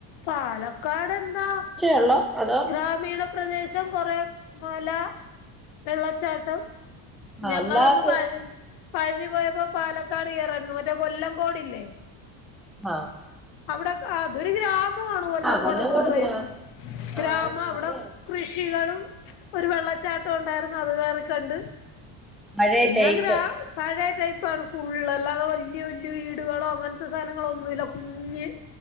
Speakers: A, on the left (about 60°); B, in the centre.
A: പാലക്കാട് എന്താ
B: ഒള്ളോ അതോ
A: ഗ്രാമീണ പ്രദേശം കൊറെ മല വെള്ളച്ചാട്ടം
B: ആഹ്
A: ഞങ്ങളൊന്ന്
B: അല്ലാതെ
A: പഴ പഴനി പോയപ്പോ പാലക്കാട് കറായിരുന്നു മറ്റേ കൊല്ലംകോട്ല്ലേ?
B: ആഹ
A: അവിടെ അ അതൊരു ഗ്രാമം <unintelligible> കൊല്ലംകോടന്ന്
B: ആഹ് കൊല്ലംകോട്
A: പറയുന്നത്
B: ഗ്രാമം
A: ഗ്രാമം
B: ആഹ്
A: അവിടെ
B: നല്ലയാണ്
A: കൃഷികളും. ഒരു വെള്ളച്ചാട്ടം ഉണ്ടായിരുന്നു അത് കേറികണ്ട്.
B: പഴയ
A: പിന്നെആ
B: ടൈപ്പ്
A: ഗ്രാമം പഴയ ടൈപ്പ്ആണ്. ഫുള്ള് അല്ലാതെ വലിയ വല്യ വീടുകളോ അങ്ങനത്തെ സാധനങ്ങളോ ഒന്നുല്ല കുഞ്ഞ്